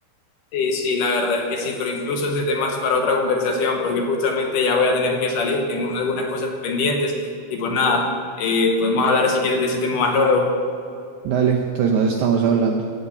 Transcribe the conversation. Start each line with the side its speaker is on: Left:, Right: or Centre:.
Left: Sí, sí, la verdad es que sí, pero incluso ese tema es para otra conversación, porque justamente ya voy a tener que salir, tengo algunas cosas pendientes y pues nada, eh, podemos hablar si quieres de ese tema más luego.
Right: Dale, entonces nos estamos hablando.